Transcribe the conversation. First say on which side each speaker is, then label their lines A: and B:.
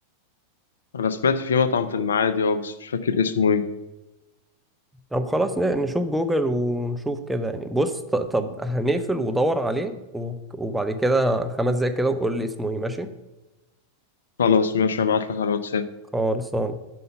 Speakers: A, on the left; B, in the centre.
A: انا سمعت في مطعم في المعادي اه بس مش فاكر اسمه ايه
B: طب خلاص ن- نشوف جوجل ونشوف كده يعني بص ط- طب هنقفل ودور عليه و- وبعد كده خمس دقايق كده وقول لي اسمه ايه ماشي
A: خلاص ماشي هبعتلك على الواتساب
B: خالص